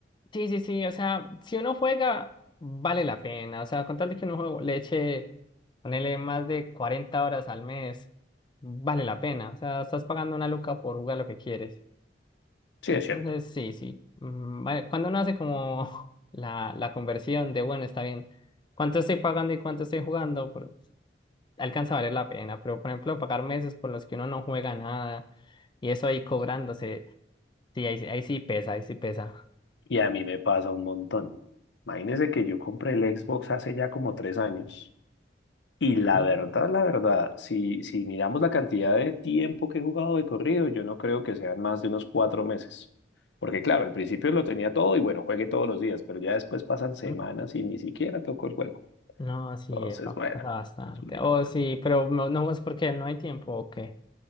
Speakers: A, on the left; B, on the left.
A: Sí, sí, sí, o sea, si uno juega, vale la pena, o sea, con tal de que uno juego le eche, ponele más de 40 horas al mes, vale la pena, o sea, estás pagando una luca por jugar lo que quieres.
B: sí
A: Entonces,
B: es cierto.
A: sí, sí, mm, vale, cuando uno hace como <laughs> la, la conversión de, bueno, está bien, ¿cuánto estoy pagando y cuánto estoy jugando? Por- alcanza a valer la pena, pero por ejemplo, pagar meses por los que uno no juega nada y eso ahí cobrándose, sí, ahí, ahí sí pesa, ahí sí pesa.
B: Y a mí me pasa un montón. Imagínese que yo compré el Xbox hace ya como tres años. Y la
A: Ujú.
B: verdad, la verdad, si, si miramos la cantidad de tiempo que he jugado de corrido, yo no creo que sean más de unos cuatro meses. Porque claro, al principio lo tenía todo y bueno, juegué todos los días, pero ya después pasan
A: ujú.
B: semanas y ni siquiera toco el juego.
A: No, sí,
B: Entonces,
A: epa,
B: bueno.
A: pasa bastante.
B: es un lío.
A: Oh, sí, pero no, no es porque no hay tiempo, ¿o qué?